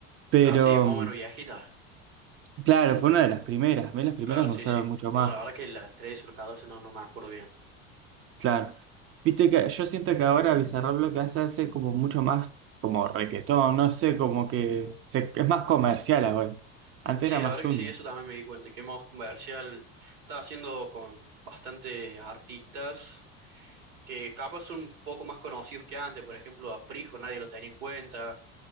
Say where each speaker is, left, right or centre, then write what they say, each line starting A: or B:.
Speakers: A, on the right; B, on the right.
A: Pero,
B: Claro, sí, más
A: mm,
B: o menos viejita.
A: claro, fue una de las primeras, a mí las primeras
B: Claro,
A: me
B: sí,
A: gustaron
B: sí.
A: mucho más.
B: No, la verdad que la 13 o la 14 no, no me acuerdo bien.
A: Claro. Viste que yo siento que ahora Bizarrap lo que hace hace como mucho más como requetón, no sé, como que se- es más comercial ahora. Antes
B: Sí,
A: era
B: la
A: más
B: verdad que
A: onda.
B: sí, eso también me di cuenta, que Moz Comercial está haciendo con bastantes artistas que capaz son un poco más conocidos que antes, por ejemplo a Frijo nadie lo tenía en cuenta,